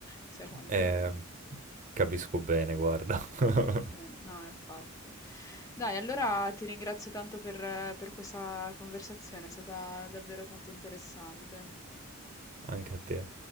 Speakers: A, on the left (about 15°); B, on the right (about 35°).
A: chissà quando...
B: eh, capisco bene, guarda, <laughs>
A: eh, no, infatti. Dai, allora ti ringrazio tanto per per questa conversazione, è stata davvero tanto interessante.
B: anche a te.